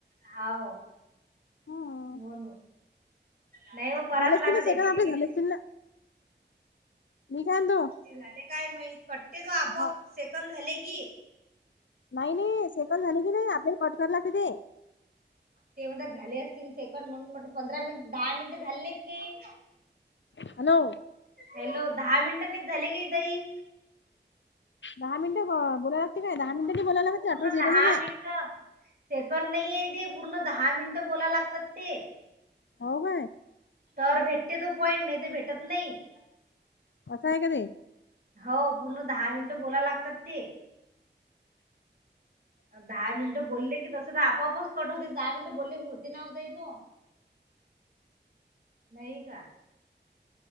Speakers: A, on the right; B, on the left.
A: हाव
B: हं.
A: होन, नाही हो कराच
B: झाले असतील
A: लागत
B: ना सेकंद
A: एकीमेकीले.
B: आपले झाले असतील ना. मी काय म्हणतो
A: ती झाले. काय मा कट्टते तो आपोआप
B: हा
A: सेकंद झाले की.
B: नाही, नाही सेकन झाली कि ते आपल्या कट करा लागता ते.
A: ते म्हणतात झाले असतील सेकंड म्हणून म्हटल पंधरा मिनिट दहा मिनिट झाले नाहीत की
B: हॅलो
A: हॅलो दहा मिनिटांनीच झाले का दई.
B: दहा मिनट? बोलायलागते काय दहा
A: पूर्ण
B: मिनिट बोलायला लागते
A: पूर्ण दहा
B: <unintelligible> सगतच
A: मिनिटं
B: आहे.
A: सेकंड नाहीये पूर्ण दहा मिनट बोला लागतात ते.
B: हो काय?
A: तर भेटते तो पॉईंट नायी ते भेटत नायी
B: असाये का ते?
A: हव पूर्ण दहा मिनिटं बोलाय लागतात ते. दहा मिनिटं बोलले की तस तर आपाआपच कटव दहा मिनटं बोलली होती ना वो ताई तो? नाही काय?